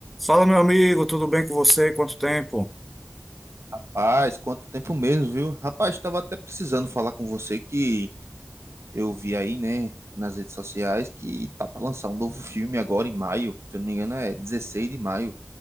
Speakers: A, in the centre; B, on the right.
A: Fala, meu amigo, tudo bem com você? Quanto tempo?
B: Rapaz, quanto tempo mesmo, viu? Rapaz, estava até precisando falar com você que eu vi aí, né, nas redes sociais que tá para lançar um novo filme agora em maio. Se eu não me engano, é 16 de maio,